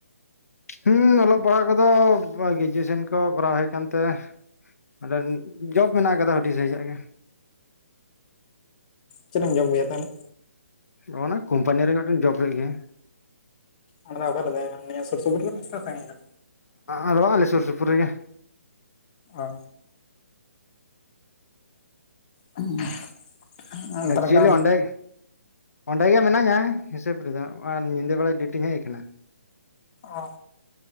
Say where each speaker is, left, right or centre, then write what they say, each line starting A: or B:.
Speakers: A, on the left; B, on the left.
A: ᱦᱮᱸ ᱚᱞᱚᱜ ᱯᱟᱲᱦᱟᱜ ᱠᱚᱫᱚ ᱜᱨᱮᱡᱩᱭᱮᱥᱚᱱ ᱠᱚ ᱠᱚᱨᱟᱣ ᱦᱩᱭ ᱠᱟᱱᱛᱮ ᱟᱫᱚ ᱡᱚᱵ ᱢᱮᱱᱟᱜ ᱠᱟᱫᱟ ᱟᱹᱰᱤ ᱡᱟᱭᱜᱟ ᱨᱮᱜᱮ
B: ᱪᱮᱫ ᱮᱢ ᱡᱚᱢ ᱜᱮᱭᱟ ᱛᱚᱞᱮ
A: ᱱᱚᱜᱼ ᱚᱱᱟ ᱠᱳᱢᱯᱟᱱᱤ ᱨᱮ ᱢᱤᱫᱴᱮᱱ ᱡᱚᱵ ᱦᱩᱭᱩᱜ ᱜᱮᱭᱟ
B: ᱚᱱᱟᱫᱚ ᱚᱠᱟᱮᱮ ᱱᱤᱭᱟᱹ ᱥᱩᱨ ᱥᱩᱯᱩᱨ ᱜᱮᱞᱮ ᱪᱟᱝᱺᱟ <unintelligible>
A: ᱟᱞᱣᱟ ᱟᱞᱮ ᱥᱩᱨ ᱥᱩᱯᱩᱨ ᱨᱮ ᱜᱮ
B: ᱚ <unintelligible> ᱟ ᱛᱟᱞᱮᱠᱟ
A: ᱮᱠᱪᱩᱭᱮᱞᱤ ᱚᱸᱰᱮ ᱚᱸᱰᱮ ᱜᱮ ᱢᱤᱱᱟᱧᱟ ᱦᱤᱥᱟᱹᱵ ᱨᱮᱫᱚ ᱟᱨ ᱧᱤᱫᱟᱹ ᱵᱮᱲᱟ ᱰᱤᱭᱩᱴᱤ ᱤᱧ ᱦᱮᱡ ᱟᱠᱟᱱᱟ
B: ᱚ